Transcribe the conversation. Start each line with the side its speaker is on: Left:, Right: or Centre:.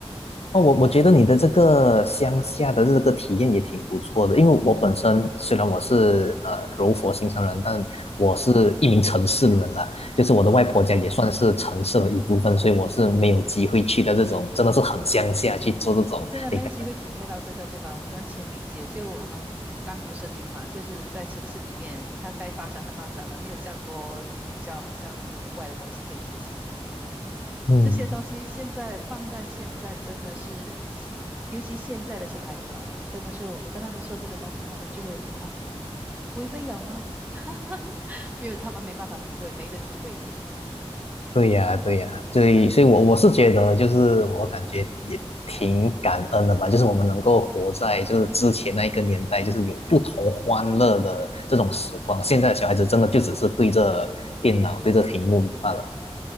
Left: 哦，我我觉得你的这个乡下的这个体验也挺不错的，因为我本身虽然我是呃柔佛新山人，但我是一名城市人啦，
Right: <laughs> 嗯嗯。
Left: 就是我的外婆家也算是城市的一部分，
Right: 嗯
Left: 所以我是没有机会去的这种真的是很乡下去做这种你刚刚
Right: 嗯，真的没机会体会到这个，对吧？我完全理解。就我们甘谷森林嘛，就是在城市里面，它该发展的发展了，没有这样多比较好像户外的东西可以进行。
Left: 嗯。
Right: 这些东西现在放在现在，真的是，尤其现在的小孩子啊，真的是我跟他们说这个东西，他们就会啊，不会被咬吗？<laughs> 没有，他们没办法体会，没得体会。
Left: 对呀，对呀，所以，所以我我是觉得，就是我感觉也挺感恩的吧，就是我们能够活在就是之前那一个年代，就是有不同欢乐的这种时光。现在的小孩子真的就只是对着电脑、对着屏幕罢了。